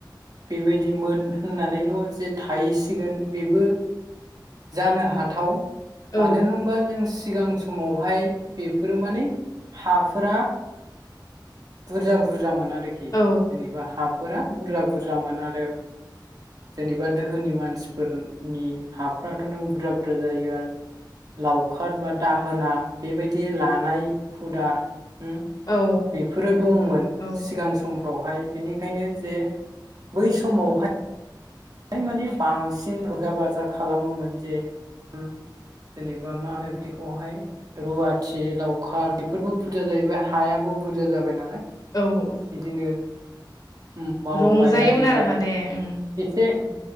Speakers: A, on the right; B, on the left.
A: बेबायदिमोन होननानैल' जे थाहैसिगोन बेबो जानो हाथाव मानो
B: औ
A: होम जों सिगां समावहाय बेफोरो माने हाफोरा बुरजा बुरजा मोन आरो आरोखि
B: औ
A: जेनेबा हा फोरा बुरजा बुरजामोन आरो जेनेबा दोहोनि मानसिफोरनि हाफोराथ' नों बुरजा बुरजा जायो आरो लावखार बा दाहोना बेबायदि लानाय हुदा उम
B: औ
A: बेफोरो दंमोन
B: औ
A: सिगां समफ्रावहाय बेनिखायनो जे बै समावहाय माने बांसिन रंजा बाजा खालामोमोन जे जेनेबा मा होनो बिदिखौहाय रुवाथि लावखार बेफोरबो बुरजा जाहैबाय हायाबो बुरजा जाबाय नालाय
B: औ
A: बिदिनो उम मावबाय
B: रंजायोमोन
A: आरिबाय
B: आरो माने ओं
A: एसे